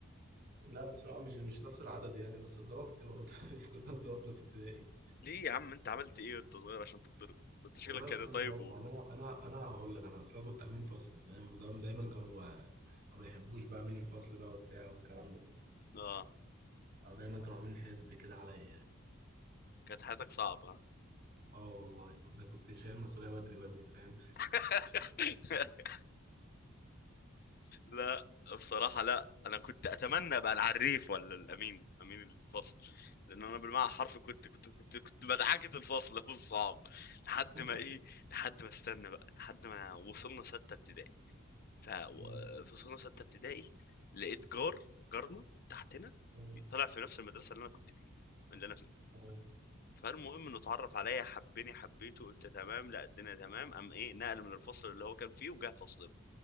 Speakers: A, on the right; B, on the left.
A: لا بصراحة مش مش نفس العدد يعني بس اتضربت برضه <laughs> كلنا اتضربنا في ابتدائي
B: ليه يا عم انت عملت ايه وانت صغير عشان تتضرب انت شكلك
A: والله
B: كان
A: كلنا
B: طيب
A: اتضربنا
B: و...
A: يعني انا انا انا هقول لك انا اصلا كنت امين فصل فاهم وده دايما كانوا ما ما بيحبوش بقى امين الفصل بقى وبتاع والكلام ده
B: اه
A: آه، دايما كانوا عاملين حزب كده عليا يعني
B: كانت حياتك صعبة ها؟
A: اه والله كنت كنت شايل المسؤولية بدري بدري فاهم
B: <laughs> لا الصراحة لا أنا كنت أتمنى أبقى العريف ولا الأمين أمين الفصل لأن أنا بالمعنى حرفي كنت كنت كنت كنت مدعكة الفصل <laughs> أبو الصعب لحد
A: <laughs>
B: ما إيه لحد ما استنى بقى لحد ما وصلنا ستة ابتدائي ف-
A: أمم،
B: في سنة ستة ابتدائي لقيت جار جارنا تحتنا
A: أمم،
B: طلع في نفس المدرسة اللي أنا كنت فيها اللي أنا فيه
A: اه
B: فالمهم إنه اتعرف عليا حبني حبيته قلت تمام لا الدنيا تمام قام إيه نقل من الفصل اللي هو كان فيه وجه فصلنا